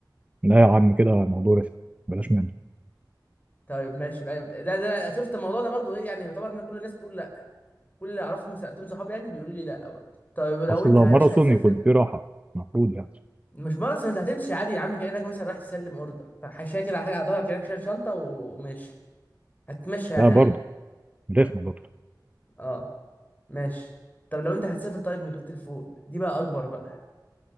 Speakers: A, on the right; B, on the left.
A: لا يا عم كده الموضوع رخم بلاش منه
B: طيب ماشي بقى ده ده شفت الموضوع ده برضو ايه يعني يعتبر ان كل الناس بتقول لا كل اللي اعرفهم سالتهم صحابي يعني بيقولوا لي لا برضه طيب لو
A: اصل
B: انت
A: لو
B: يا
A: ماراثون
B: باشا هتسافر
A: يكون فيه راحه المفروض يعني
B: مش ماراثون انت هتمشي عادي يا عم كانك مثلا رايح تسلم اوردر فحاشيه كده على حاجه على ظهرك كانك شايل شنطه و- وماشي هتمشي يعني
A: لا
B: عادي
A: برضه رخمه برضه
B: اه ماشي طب لو انت هتسافر طيب من غير تليفون دي بقى اكبر بقى